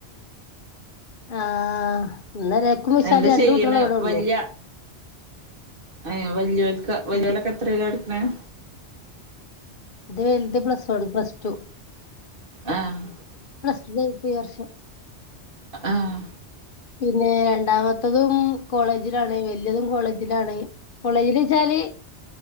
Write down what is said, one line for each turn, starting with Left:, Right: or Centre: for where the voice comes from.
Left: ആഹ് ഇന്ന്‌ എല്ലാർക്കും മിശാലേ
Right: എന്താ
Left: രണ്ടു
Right: ചെയ്യണ്
Left: കുട്ടികളെ ഇവിടെ ഉള്ളൂ.
Right: വല്യ ഏ വലിയൊള്ക് ക്ക് വലിയൊലൊക്കെ
Left: ഇത്
Right: എത്ര യിലാ പഠി. <unintelligible>
Left: ഇന്റെ വലുത് പ്ലസ് വൺ പ്ലസ് ടു.
Right: ആഹ്
Left: ഇപ്പ ഈ വർഷം.
Right: ആഹ്.
Left: പിന്നെ രണ്ടാമത്തതും കോളേജിലാണ് വലിയതും കോളേജിലാണ് കോളേജിൽ വെച്ചാല്